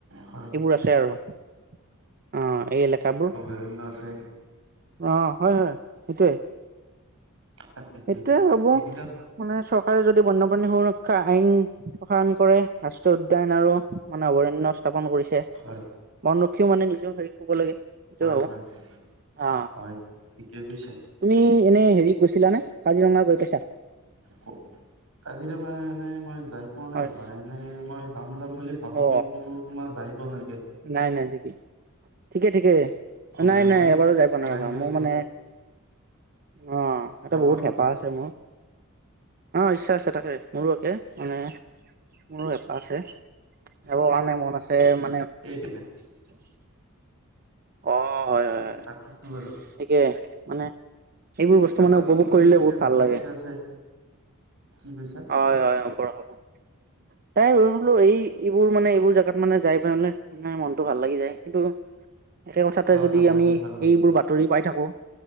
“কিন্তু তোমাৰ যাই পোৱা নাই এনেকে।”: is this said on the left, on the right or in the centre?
Right